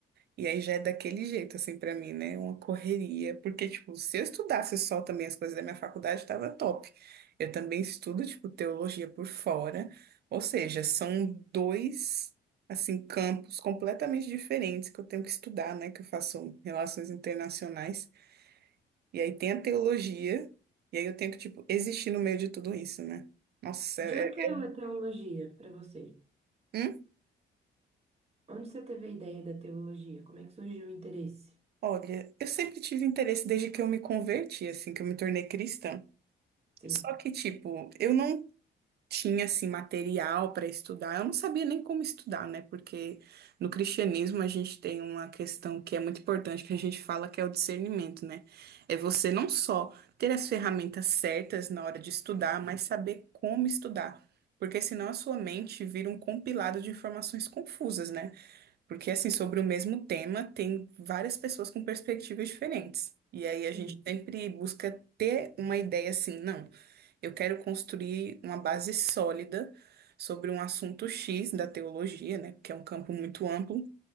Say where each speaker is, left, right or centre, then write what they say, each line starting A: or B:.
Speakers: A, on the right; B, on the right.
A: E aí já é daquele jeito, assim, pra mim, né? Uma correria. Porque, tipo, se eu estudasse só também as coisas da minha faculdade, tava top. Eu também estudo, tipo, teologia por fora. Ou seja, são dois, assim, campos completamente diferentes que eu tenho que estudar, né? Que eu faço relações internacionais. E aí tem a teologia. E aí eu tenho que, tipo, existir no meio de tudo isso, né? Nossa, é...
B: De onde
A: é-
B: saiu a teologia para você?
A: hum?
B: Onde você teve a ideia da teologia? Como é que surgiu o interesse?
A: Olha, eu sempre tive interesse desde que eu me converti, assim, que eu me tornei cristã.
B: Sim,
A: Só que, tipo, eu não tinha assim material para estudar. Eu não sabia nem como estudar, né? Porque no cristianismo a gente tem uma questão que é muito importante que a gente fala que é o discernimento, né? É você não só ter as ferramentas certas na hora de estudar, mas saber como estudar. Porque senão a sua mente vira um compilado de informações confusas, né? Porque assim, sobre o mesmo tema, tem várias pessoas com perspectivas diferentes. E aí a gente
B: sim.
A: sempre busca ter uma ideia assim, não. Eu quero construir uma base sólida sobre um assunto X da teologia, né? Porque é um campo muito amplo.